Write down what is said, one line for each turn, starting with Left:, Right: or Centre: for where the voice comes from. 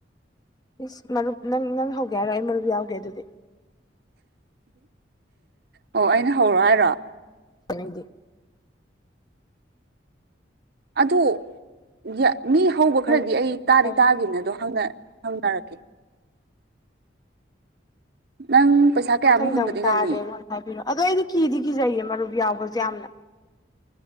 Left: ꯏꯁ ꯃꯔꯨꯞ ꯅꯪ ꯅꯪ ꯍꯧꯒꯦ ꯍꯥꯏꯔꯣ ꯑꯩ ꯃꯔꯨꯞ ꯌꯥꯎꯒꯦ ꯑꯗꯨꯗꯤ
Right: ꯑꯣ ꯑꯩꯅ ꯍꯧꯔꯣ ꯍꯥꯏꯔꯣ
Left: ꯀꯥꯏꯗꯦ
Right: ꯑꯗꯨ ꯌ ꯃꯤ ꯍꯧꯕ ꯈꯔꯗꯤ
Left: ꯃꯔꯨꯞ
Right: ꯑꯩ ꯇꯥꯗꯤ
Left: ꯇꯧ
Right: ꯇꯥꯒꯤꯝꯅꯦ ꯑꯗꯣ ꯍꯪꯅ ꯍꯪꯅꯔꯛꯀꯦ ꯅꯪ ꯄꯩꯁꯥ
Left: ꯅꯪ
Right: ꯀꯌꯥꯃꯨꯛ
Left: ꯃꯊꯪꯗ
Right: ꯍꯨꯟꯕꯗꯤ
Left: ꯑꯃꯨꯛ
Right: ꯉꯝꯅꯤ
Left: ꯇꯥꯔꯗꯤ ꯑꯩꯉꯣꯟꯗ ꯍꯥꯏꯕꯤꯔꯛꯑꯣ ꯑꯗꯣ ꯑꯩꯗꯤ ꯀꯤꯗꯤ ꯀꯤꯖꯩꯌꯦ ꯃꯔꯨꯞ ꯌꯥꯎꯕꯁꯦ ꯌꯥꯝꯅ